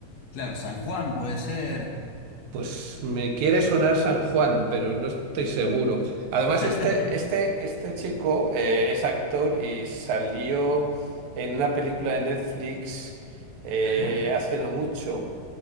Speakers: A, on the left; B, on the right.
A: claro, San Juan puede ser.
B: Pues me quiere
A: San-
B: sonar San Juan, pero no estoy seguro. Además,
A: <laughs>
B: este, este, este chico eh, es actor y salió en una película de Netflix eh,
A: Ajá.
B: hace no mucho,